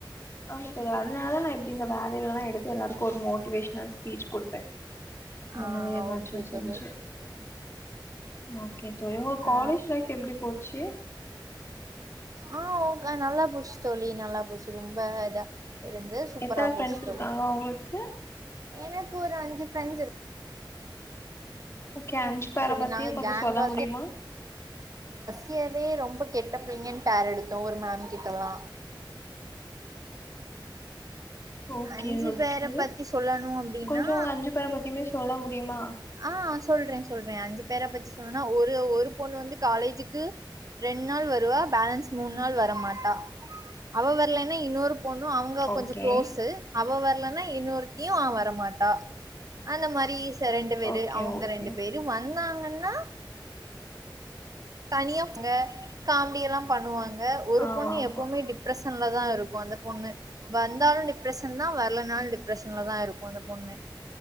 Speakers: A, on the left; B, on the right.
A: ஆமா தோழி அதுனாலதா நா இப்டி இந்த வேலைலலா எடுத்து எல்லாருக்கு ஒரு மோட்டிவேஷனல் ஸ்பீச் குடுப்பே இந்த
B: ஆ
A: மாரி எதாச்சு
B: ஓகே
A: செஞ்சு
B: தோழி ஓகே தோழி
A: ஓகே தோழி உங்க
B: ஆ
A: காலேஜ் லைஃப் எப்டி போச்சு
B: ஆ ஓ க நல்லா போச்சு தோழி நல்லா போச்சு ரொம்ப இதா இருந்து சூப்பரா
A: எத்தன ஃப்ரெண்ட்ஸ்
B: போச்சு
A: இருக்காங்க
B: தோழி
A: உங்ளுக்கு
B: எனக்கு ஒரு அஞ்சு ஃப்ரெண்ட்ஸ் இரு
A: ஓகே அஞ்சு
B: இருக்காங்க
A: பேர
B: தோழி
A: பத்தியு
B: நாங்க
A: கொஞ்சொ
B: கேங்கா
A: சொல்ல முடியுமா
B: ட் இயர்லே ரொம்ப கெட்ட பிள்ளைங்கன் பேர் எடுத்தோ ஒரு மேம் கிட்டல்லா
A: ஓகே,
B: அஞ்சு
A: ஓகே.
B: பேர பத்தி சொல்லணு அப்டின்னா
A: கொஞ்சம் உங்க பேர பத்தியுமே சொல்ல முடியுமா?
B: ஆ சொல்றே சொல்றே அஞ்சு பேர பத்தி சொல்னுனா ஒரு ஒரு பொண்ணு வந்து காலேஜுக்கு ரெண் நாள் வருவா பேலன்ஸ் மூண் நாள் வர மாட்டா அவ வர்லெனா இன்னொரு பொண்ணு அவுங்க
A: ஓகே.
B: கொஞ்ச கு்ளோஸு அவ வர்லன் னா இன்னொருத்தியு ஆ வர மாட்டா அந்த மாரி த ரெண்டு பேரு
A: ஓகே,
B: அவுங்க
A: ஓகே.
B: ரெண்டு பேரு வந் தாங்கன்னா தனியா அவுங்க காமெடியெல்லா பண்ணுவாங் க ஒரு
A: ஆமாமா.
B: பொண்ணு எப்பவுமே டிப்ரெஸ் ஸன்லதா இருக்கு அந்த பொண்ணு வந்தாலு டிப்ரஸன் தா வர்லனால் டிப்ரெஷன்ல தா இருக்கு அந்த பொண்ணு